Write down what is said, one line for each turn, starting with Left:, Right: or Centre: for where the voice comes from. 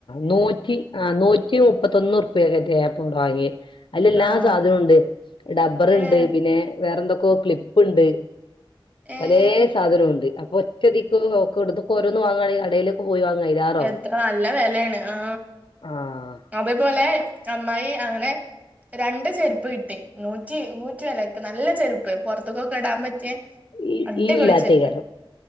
Left: നൂറ്റി ആ നൂറ്റി മുപ്പത്തൊന്ന് റുപ്പ്യൊവരെക്കെ ഞാന് വാങ്ങി. അയ്ലല്ലാ
Right: ആഹ്
Left: സാധനുണ്ട് ഡബ്ബർണ്ട്
Right: ഏഹ്
Left: പിന്നെ വേറെന്തൊക്കോ ക്ലിപ്പുണ്ട്.
Right: ഏഹ്
Left: പലേ സാധനുണ്ട്. അപ്പൊ ഒറ്റടിക്ക് ഓക്ടുന്ന ഓരോന്ന് വാങ്ങണെങ്കിൽ കടേല് പോയിവാങ്ങാ അയിലേറാകും
Right: എത്ര നല്ല വെലയാണ് ആ
Left: ആഹ്
Right: അതു പോലെ അമ്മായി അങ്ങനെ രണ്ട് ചെരുപ്പ് കിട്ടി നൂറ്റി നൂറ്റി വെലക്ക് നല്ല ചെരുപ്പ്. പുറത്ത്ക്കൊക്കെ ഇടാൻ പറ്റിയ
Left: ഈ
Right: അടിപ്പൊളി
Left: ഈരില്ലാത്തേയ്ക്കാരം
Right: ചെരുപ്പ്